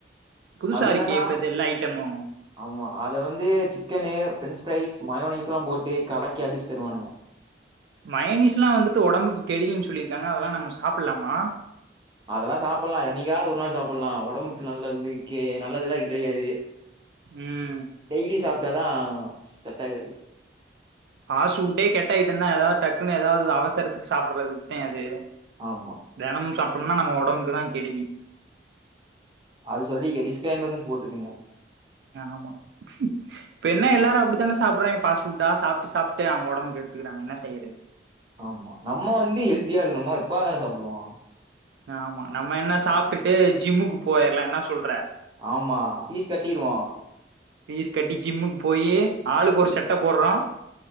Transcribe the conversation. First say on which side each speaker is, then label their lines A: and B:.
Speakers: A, on the right; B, on the right.
A: புதுசா
B: அது
A: இருக்கே
B: என்னன்னா
A: இப்ப எல்லா ஐட்டமும்
B: ஆமா அத வந்து சிக்கனு பிரஃரெஞ்சு ஃரைஸ் மயோனிஸ் எல்லா போட்டு கலக்கி அடிச்சு தருவானுங்க
A: மயனீஸ் எல்லா வந்துட்டு உடம்புக்கு கெடுதன்னு சொல்லியிருக்காங்க அதெல்லா நம்ம சாப்பிடலாமா
B: அதெல்லா சாப்பிடலா என்னைக்காவ ஒரு நாள் சாப்பிடலா உடம்புக்கு நல்லதுக்கே நல்லதுயெல்லா கிடயாது
A: ம்
B: டெய்லி சாப்பிட்டாதா செட் ஆகாது
A: ஃபாஸ்டு ஃபுட்டே கெட்ட ஐட்டம் தா ஏதாவது டக்குன்னு ஏதாவது அவசரத்துக்கு சாப்பிடுறதுக்கு தா அது
B: ஆமா
A: தெனமு சாப்பிட்டோம்னா நம்ம உடம்புக்கு தா கெடுதி
B: அது சொல்லிக்க டிஸ்க்ளெய்மர்ன்னனு போட்டுக்கங்க
A: ஆமா இப்ப என்ன எல்லாரு அப்டித்தானே சாப்பிடுறாங்கே ஃபாஸ்ட் ஃபுட்டு ஆ சாப்ட்டு சாப்ட்டு அவுங்க உடம்பு கெடுத்துக்ககறாங்க என்ன செய்றது
B: ஆமா நம்ம வந்து ஹெல்தியா இருக்கோம் நம்ம எப்பவாது தானே சாப்பிடுவோ
A: ஆமா நம்ம என்ன சாப்ட்டுட்டு ஜிம்முக்கு போயிடலா என்ன சொல்ற
B: ஆமா ஃபீஸ் கட்டிறுவோ
A: ஃபீஸ் கட்டி ஜிம்முக்கு போயி ஆளுக்கு ஒரு சட்ட போடுறோ